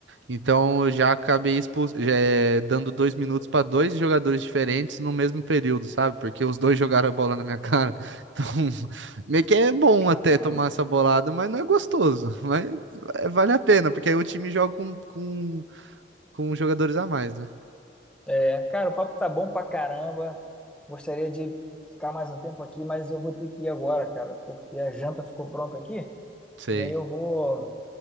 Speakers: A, on the right; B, in the centre.
A: Então eu já acabei expu- já, eh, dando dois minutos para dois jogadores diferentes no mesmo período, sabe? Porque os dois jogaram a bola na minha cara. <laughs> Então, meio que é bom
B: Caramba.
A: até tomar essa bolada, mas não é gostoso. Mas eh, vale a pena, porque aí o time joga com, com, com jogadores a mais, né?
B: É, cara, o papo tá bom pra caramba. Gostaria de ficar mais um tempo aqui, mas eu vou ter que ir agora, cara, porque a janta ficou pronta aqui.
A: Sei.
B: E aí eu vou.